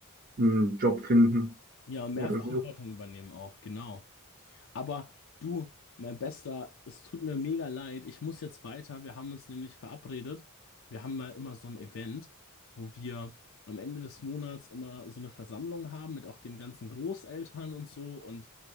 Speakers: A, on the right (about 40°); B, on the left (about 60°).
A: einen Job finden
B: Ja, und mehr
A: oder
B: Verantwortung
A: so.
B: übernehmen auch, genau. Aber du, mein Bester, es tut mir mega leid. Ich muss jetzt weiter. Wir haben uns nämlich verabredet. Wir haben mal immer so ein Event, wo wir am Ende des Monats immer so eine Versammlung haben mit auch den ganzen Großeltern und so. Und